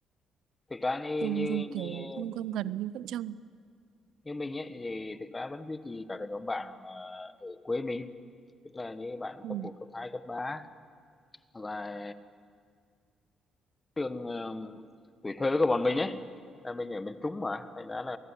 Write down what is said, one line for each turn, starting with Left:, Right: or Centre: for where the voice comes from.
Left: thực ra như
Right: dùng
Left: như,
Right: dùng
Left: như
Right: kiểu không gom gần nhưng vẫn trông
Left: Như mình ấy thì thực ra vẫn duy trì cả cái nhóm bạn, ờ, ở quê mình, tức là như bạn
Right: Ừ.
Left: cấp một cấp hai cấp 3 và trường, ờm, tuổi thơ của bọn mình ấy, là mình ở miền Trung mà, thành ra là